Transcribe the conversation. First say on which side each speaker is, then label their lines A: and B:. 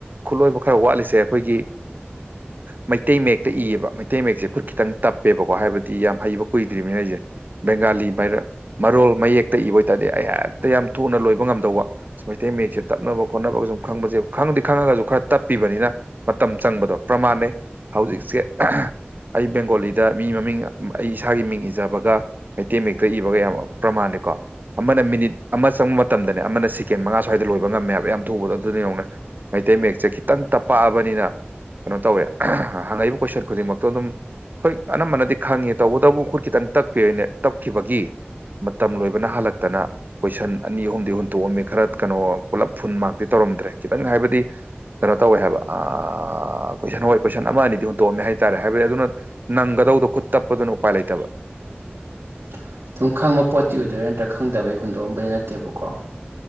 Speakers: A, on the right; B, on the right.
A: ꯈꯨꯠꯂꯣꯏꯕ ꯈꯔ ꯋꯥꯠꯂꯤꯁꯦ ꯑꯈꯣꯏꯒꯤ
B: <inaudible>
A: ꯃꯩꯇꯩ ꯃꯌꯦꯛꯇ ꯏꯌꯦꯕ ꯃꯩꯇꯩ ꯃꯌꯦꯛꯁꯦ ꯈꯨꯠ ꯈꯤꯇꯪ ꯇꯞꯄꯦꯕꯀꯣ ꯍꯥꯏꯕꯗꯤ ꯌꯥꯝ ꯍꯩꯕ ꯀꯨꯏꯗ꯭ꯔꯤꯕꯅꯤꯅ ꯑꯩꯖꯦ ꯕꯦꯡꯒꯥꯂꯤ ꯕꯥꯏꯔ ꯃꯔꯣꯜ ꯃꯌꯦꯛꯇ ꯏꯕ ꯑꯣꯏꯇꯥꯔꯗꯤ ꯑꯩꯍꯦꯛꯇ ꯌꯥꯝ ꯊꯨꯅ ꯂꯣꯏꯕ ꯉꯝꯗꯧꯕꯥ ꯃꯩꯇꯩ ꯃꯌꯦꯛꯁꯦ ꯇꯞꯅꯕ ꯈꯣꯠꯅꯕꯒ ꯁꯨꯝ ꯈꯪꯕꯖꯦ ꯈꯪꯗꯤ ꯈꯪꯉꯒꯁꯨ ꯈꯔ ꯇꯞꯄꯤꯕꯅꯤꯅꯥ ꯃꯇꯝ ꯆꯪꯕꯗꯣ ꯄ꯭ꯔꯃꯥꯟꯅꯦ ꯍꯧꯖꯤꯛꯁꯦ ꯑꯩ ꯕꯦꯡꯒꯣꯂꯤꯗ ꯃꯤ ꯃꯃꯤꯡ ꯑꯩ ꯏꯁꯥꯒꯤ ꯃꯤꯡ ꯏꯖꯕꯒ ꯃꯩꯇꯩ ꯃꯌꯦꯛꯇ ꯏꯕꯒ ꯌꯥꯝ ꯄ꯭ꯔꯃꯥꯟ ꯅꯦꯀꯣ ꯑꯃꯅ ꯃꯤꯅꯤꯠ ꯑꯃ ꯆꯪꯕ ꯃꯇꯝꯗꯅꯦ ꯑꯃꯅ ꯁꯦꯀꯦꯟ ꯃꯉꯥ ꯁ꯭ꯋꯥꯏꯗ ꯂꯣꯏꯕ ꯉꯝꯃꯦꯕ ꯌꯥꯝ ꯊꯨꯕꯗꯣ ꯑꯗꯨꯅ ꯌꯦꯡꯉꯨꯅꯦ ꯃꯩꯇꯩ ꯃꯌꯦꯛꯁꯦ ꯈꯤꯇꯪ ꯇꯞꯄꯛꯑꯕꯅꯤꯅ ꯀꯩꯅꯣ ꯇꯧꯋꯦ ꯍꯪꯉꯛꯏꯕ ꯀꯣꯏꯁꯟ ꯈꯨꯗꯤꯡꯃꯛꯇꯣ ꯑꯗꯨꯝ ꯍꯣꯏ ꯑꯅꯝꯕꯅꯗꯤ ꯈꯪꯉꯦ ꯇꯧꯕꯇꯕꯨ ꯈꯨꯠ ꯈꯤꯇꯪ ꯇꯞꯄꯦꯅꯦ ꯇꯞꯈꯤꯕꯒꯤ ꯃꯇꯝ ꯂꯣꯏꯕꯅ ꯍꯥꯜꯂꯛꯇꯅ ꯀꯣꯏꯁꯟ ꯑꯅꯤ ꯑꯍꯨꯝꯗꯤ ꯍꯨꯟꯇꯣꯛꯑꯝꯃꯤ ꯈꯔ ꯀꯩꯅꯣ ꯄꯨꯂꯞ ꯐꯨꯟ ꯃꯥꯛꯇꯤ ꯇꯧꯔꯝ ꯗ꯭ꯔꯦ ꯈꯤꯇꯪ ꯍꯥꯏꯕꯗꯤ ꯀꯩꯅꯣ ꯇꯧꯋꯦ ꯍꯥꯏꯕ ꯑ ꯀꯣꯏꯁꯟ ꯍꯣꯏ ꯀꯣꯏꯁꯟ ꯑꯃ ꯑꯅꯤꯗꯤ ꯍꯨꯟꯇꯣꯛꯑꯝꯃꯦ ꯍꯥꯏꯇꯥꯔꯦ ꯍꯥꯏꯕꯗꯤ ꯑꯗꯨꯅ ꯅꯪꯒ ꯗꯧꯗꯣ ꯈꯨꯠ ꯇꯞꯄꯗꯨꯅ ꯎꯄꯥꯏ ꯂꯩꯇꯕ
B: <inaudible> ꯑꯗꯨꯝ ꯈꯪꯕ ꯄꯣꯠꯇꯤ ꯑꯣꯏꯗꯣꯏꯔꯥ ꯅꯠꯇ꯭ꯔꯒ ꯈꯪꯗꯕꯩ ꯍꯨꯟꯗꯣꯛꯑꯝꯕꯗꯤ ꯅꯠꯇꯦꯕꯀꯣ